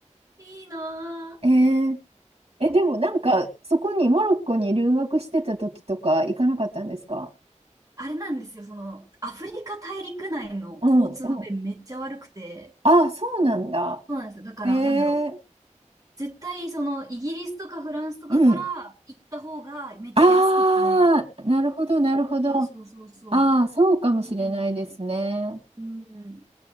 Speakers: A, on the right; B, on the right.
A: いいなぁ。
B: えー、え、でもなんか、そこにモロッコに留学してた時とか行かなかったんですか
A: あれなんですよ、その、アフリカ大陸内の交通の便めっちゃ悪くて、
B: うんうん。ああ、そうなんだ。
A: そうなんですよ。だから、
B: えー、
A: なんだろう。絶対、その、イギリスとかフランスとかから行った方がめっちゃ安くて、
B: うん。ああ、なるほど、なるほど。
A: そうそうそうそ
B: ああ、そうかもしれないですね。
A: う。なので、うん。